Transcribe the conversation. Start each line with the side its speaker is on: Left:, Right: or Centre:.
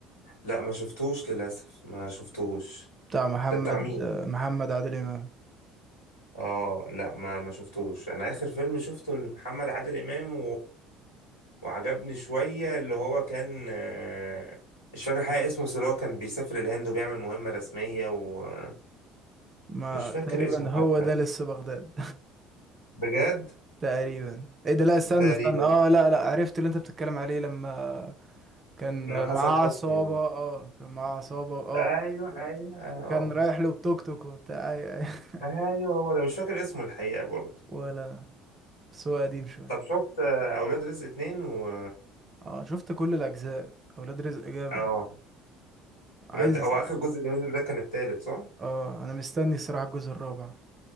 Left: لا ما شفتوش للاسف ما شفتوش
Right: بتاع محمد
Left: ده بتاع مين
Right: آه، محمد عادل امام
Left: اه لا ما ما شفتوش انا اخر فيلم شفته لمحمد عادل امام وعجبني شوية اللي هو كان آه، مش فاكر حاجة اسمه بس اللي هو كان بيسافر الهند وبيعمل مهمة رسمية ومش
Right: ما
Left: فاكر
Right: تقريبا
Left: اسمه
Right: هو
Left: حتى
Right: ده لسه بغداد
Left: بجد
Right: <laughs> تقريبا ايه ده لا استنى
Left: تقريبا
Right: استنى اه لا لا عرفت اللي انت بتتكلم عليه لما كان
Left: مع حسن
Right: معاه
Left: حسني
Right: عصابة
Left: و...
Right: اه كان معاه عصابة اه
Left: أيوه
Right: افتكرت
Left: أيوه أه
Right: وكان رايح له بتوك توك وبتاع اي اي <laughs>
Left: أيوه هو ده مش فاكر اسمه الحقيقة برضه
Right: ولا انا بس هو قديم شوية
Left: طب شفت آه، أولاد رزق اتنين و
Right: اه شفت كل الاجزاء اولاد رزق جامد
Left: أه
Right: عايز
Left: ولاد هو آخر جزء اللي نزل ده كان التالت صح؟
Right: اه انا مستني الصراحه الجزء الرابع